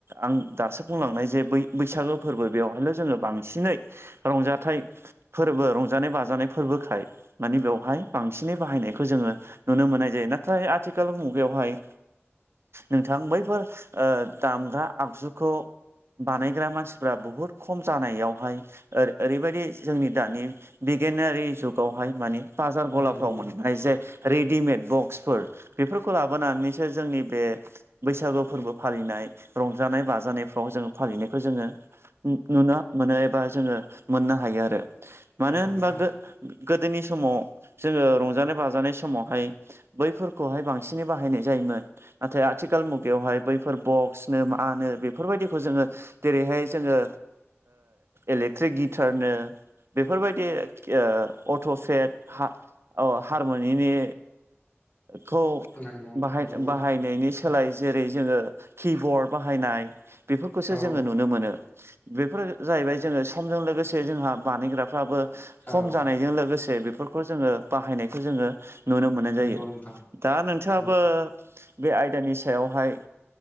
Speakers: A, on the right; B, on the left.
A: आं दासो बुंलांनाय जे बै बैसागो फोरबो बेवहायल' जोङो बांसिनै रंजाथाइ फोरबो रंजानाय बाजानाय फोरबोखाय मानि बेवहाय बांसिनै बाहायनायखौ जोङो नुनो मोननाय जायो नाथाय आथिखाल मुगायावहाय नोंथां बैफोर ओ दामग्रा आगजुखौ बानायग्रा मानसिफ्रा बुहुद खम जानायावहाय ओओरैबायदि जोंनि दानि बिगियानारि जुगावहाय माने बाजार गलाफ्राव
B: नंगौ
A: मोननाय जे रेडिमेद बक्सफोर बेफोरखौ लाबोनानैसो जोंनि बे बैसागु फोरबो फालिनाय रंजानाय बाजानाय फ्राव जोङो फालिनायखौ जोङो नुनो मोनो एबा जोङो मोननो हायो आरो मानो
B: नंगौ
A: होनबा
B: नोंथां
A: गोगोदोनि समाव जोङो रंजानाय बाजानाय समावहाय बैफोरखौहाय बांसिनै बाहायनाय जायोमोन नाथाय आथिखाल मुगायावहाय बैफोर बक्सनो मा नो बे बेफोरबायदिखौ जोङो जेरैहाय जोङो इलेक्ट्रिक ओ गिटारनो बेफोरबायदि ओ अट'चेट ओ हारमुनिनि खौ
B: नंगौ
A: बाहाय
B: नंगौ
A: बाह बाहायनायनि सोलाय जेरै जोङो किबर्ड बाहायनाय बेफोरखौसो
B: औ
A: जोङो नुनो मोनो बेफोर जाहैबाय
B: नंगौ
A: जोङो समजों लोगोसे जोंहा बानायग्राफ्राबो
B: औ
A: खम जानायजों लोगोसे बेफोरखौ जोङो बाहायनायखौ जोङो नुनो मोननाय
B: नंगौ
A: जायो
B: नोंथां
A: दा नोंथाङाबो
B: औ
A: बे आयदानि सायावहाय